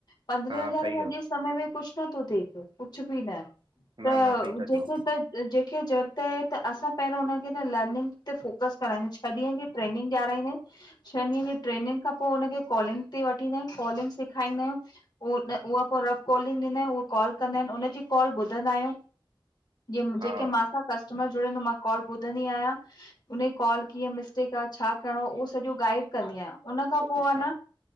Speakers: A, on the left (about 50°); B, on the right (about 65°).
A: पंद्रहें
B: हा
A: हज़ारे
B: सही
A: में
B: आहे
A: अॼु समय में कुछ नथो थिए पयो कुछ बि न
B: न
A: त
B: न सही था
A: जेको
B: चओ
A: त जंहिंखे ज़रूरत आहे त असां पहिरों हुनखे न लर्निंग ते फोकस कराईंदा अहियूं छह ॾींहंनि जी ट्रेनिंग ॾियाराईंदा‌ आयु। छहनि ॾींहनि जी ट्रेनिंग खां पो हुनखे कॉलिंग ते वठी ईंदा आहियूं, कॉलिंग सेखारींदा आहियूं उ उह पो रफ कॉलिंग ॾींदायु, उहा कॉल कंदा आहिनि, उनजी कॉल ॿुधंदा आहियूं जियं जेके
B: हा
A: मा मासां कस्टमर जुड़े त मां कॉल ॿुधंदी आहियां, उनजी कॉल कीअं मिस्टेक आ छा करणो उहो सॼो गाइड कंदी आहियां उन खां पो
B: अच्छा
A: आ न